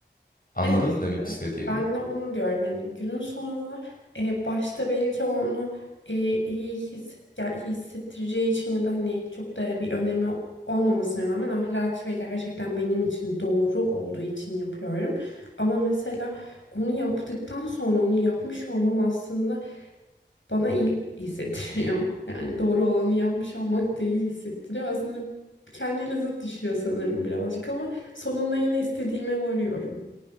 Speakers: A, on the left (about 50°); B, on the left (about 85°).
A: Anladın
B: Evet
A: mı
B: işte.
A: demek istediğimi?
B: Ben de onu diyorum. Hani günün sonunda e, başta belki onu e, iyi hisset, ya iyi hissettireceği için ya da hani çok da bir önemi olmamasına rağmen ahlaki ve gerçekten benim için doğru olduğu için yapıyorum. Ama mesela onu yaptıktan sonra onu yapmış olmam aslında bana iyi hissettiriyor. <laughs> Yani doğru olanı yapmış olmak da iyi hissettiriyor. Aslında kendiyle zıt düşüyor sanırım birazcık ama sonunda yine istediğime varıyorum